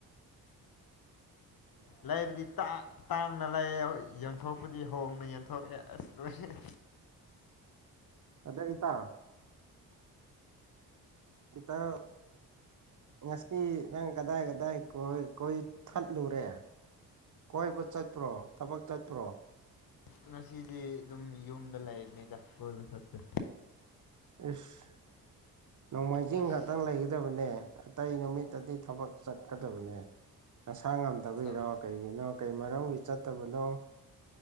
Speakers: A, on the left (about 50°); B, on the right (about 40°).
A: ꯂꯩꯕꯨꯗꯤ ꯇꯥꯡꯅ ꯂꯩꯑꯦ ꯌꯣꯟꯊꯣꯛꯄꯗꯤ ꯍꯣꯡꯅ ꯌꯣꯟꯊꯣꯛꯑꯦ ꯑꯁ ꯍ
B: ꯑꯗꯣ ꯏꯇꯥꯎ ꯏꯇꯥꯎ ꯉꯁꯤ ꯅꯪ ꯀꯗꯥꯏ ꯀꯗꯥꯏ ꯀꯣꯏ ꯀꯣꯏ ꯊꯠꯂꯨꯔꯦ ꯀꯣꯏꯕ ꯆꯠꯄ꯭ꯔꯣ ꯊꯕꯛ ꯆꯠꯄ꯭ꯔꯣ
A: ꯉꯁꯤꯗꯤ ꯑꯗꯨꯝ ꯌꯨꯝꯗ ꯂꯩꯕꯅꯤꯗ ꯀꯣꯏꯕ ꯆꯠꯇꯦ
B: ꯏꯁ ꯅꯣꯡꯃꯥꯏꯖꯤꯡ
A: ꯑꯁ
B: ꯈꯛꯇ ꯂꯩꯒꯗꯕꯅꯦ ꯑꯇꯩ ꯅꯨꯃꯤꯠꯇꯗꯤ ꯊꯕꯛ ꯆꯠꯀꯗꯕꯅꯦ ꯅꯁꯥ ꯉꯝꯗꯕꯤꯩꯔꯣ
A: ꯊꯕꯛ
B: ꯀꯩꯒꯤꯅꯣ ꯀꯩ ꯃꯔꯝꯒꯤ ꯆꯠꯇꯕꯅꯣ